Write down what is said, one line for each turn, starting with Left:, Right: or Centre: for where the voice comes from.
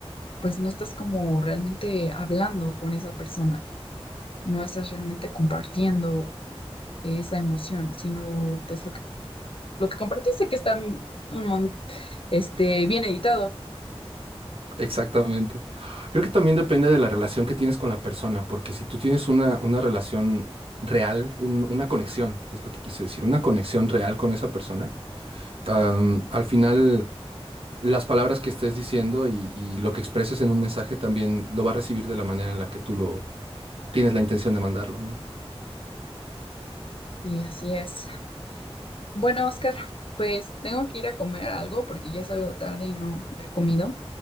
Left: pues no estás como realmente hablando con esa persona, no estás realmente compartiendo esa emoción, sino pues lo que lo que compartiste, que está un mon- este, bien editado.
Right: Exactamente. Creo que también depende de la relación que tienes con la persona, porque si tú tienes una, una relación real, un- una conexión, es lo que quise decir, una conexión real con esa persona, am, al final las palabras que estés diciendo y, y lo que expreses en un mensaje también lo va a recibir de la manera en la que tú lo tienes la intención de mandarlo, ¿no?
Left: Y así es. Bueno, Oscar, pues tengo que ir a comer algo porque ya es algo tarde y no he comido,